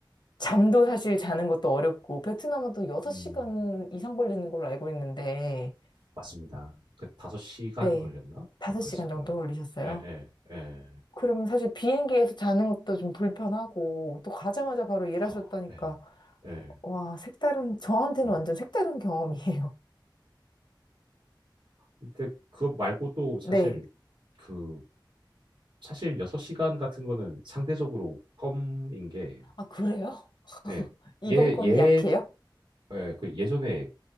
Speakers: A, on the left; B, on the right.
A: 잠도 사실 자는 것도 어렵고, 베트남은 또 6시간
B: 음,
A: 이상 걸리는 걸로 알고 있는데,
B: 맞습니다. 그 다섯 시간
A: 네,
B: 걸렸나?
A: 5시간
B: 뭐 그랬을
A: 정도
B: 거예요.
A: 걸리셨어요.
B: 예, 예, 예.
A: 그러면 사실 비행기에서 자는 것도 좀 불편하고, 또 가자마자 바로 일하셨다니까.
B: 허, 예, 예,
A: 와, 색다른, 저한테는
B: 예.
A: 완전 색다른 경험이에요.
B: 근데 그거 말고도
A: <laughs>
B: 사실
A: 네.
B: 그, 사실 여섯 시간 같은 거는 상대적으로 껌인 게,
A: 아, 그래요?
B: 예,
A: 이번
B: 예,
A: 건
B: 예,
A: 약해요?
B: 예, 그 예전에